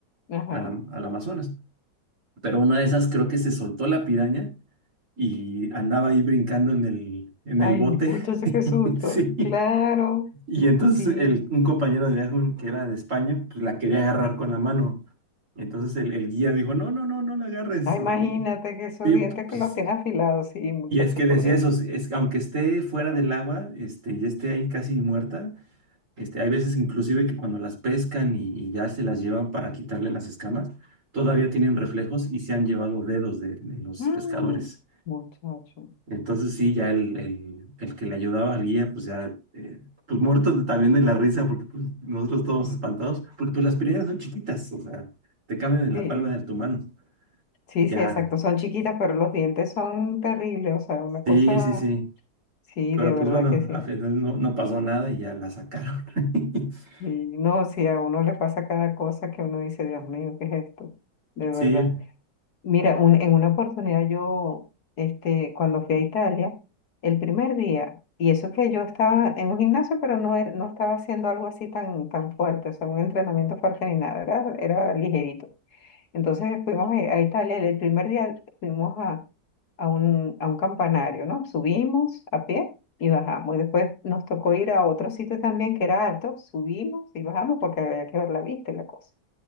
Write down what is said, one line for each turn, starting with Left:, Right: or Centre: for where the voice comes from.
Left: ajá.
Right: a la- al Amazonas. Pero una de esas creo que se soltó la piraña y andaba ahí brincando en el, en
Left: Ay,
Right: el bote.
Left: muchacho,
Right: <laughs>
Left: qué susto.
Right: Sí.
Left: Claro,
Right: Y entonces
Left: sí.
Right: el, un compañero de viaje un- que era de España, pues la quería agarrar con la mano. Y entonces el, el guía dijo, no, no, no, no la agarres.
Left: Ay,
Right: Y-
Left: imagínate que esos
Right: Sí,
Left: dientes
Right: pues,
Left: que los tiene afilados, sí, muchacho,
Right: y es que decía
Left: por Dios.
Right: eso, "Sí, es, aunque esté fuera del agua, este, y esté ahí casi muerta, este, hay veces inclusive que cuando las pescan y, y ya se las llevan para quitarle las escamas, todavía tienen reflejos y se han llevado dedos de de los
Left: Mm,
Right: pescadores.
Left: muchacho.
Right: Entonces sí, ya el, el, el que le ayudaba al guía, pues ya, eh, pues muertos de- también de la risa, porque pues nosotros todos espantados, porque pues las piedras son chiquitas, o sea, te caben en
Left: Sí,
Right: la palma de tu mano.
Left: sí,
Right: Ya,
Left: sí, exacto. Son chiquitas, pero los dientes son terribles. O sea, una cosa,
Right: sí, sí, sí.
Left: sí,
Right: Pero
Left: de verdad
Right: pues bueno,
Left: que sí.
Right: al final no, no pasó nada y ya la sacaron. <laughs>
Left: Y no, si a uno le pasa cada cosa que uno dice, Dios mío, ¿qué es esto? De
Right: Sí,
Left: verdad. Mira, un- en una oportunidad yo, este, cuando fui a Italia, el primer día, y eso que yo estaba en un gimnasio, pero no, era- no estaba haciendo algo así tan, tan fuerte, o sea, un entrenamiento fuerte ni nada, era, era ligerito. Entonces fuimos a, a Italia, el el primer día fuimos a, a un, a un campanario, ¿no? Subimos a pie y bajamos. Y después nos tocó ir a otro sitio también que era alto, subimos y bajamos porque había que ver la vista y la cosa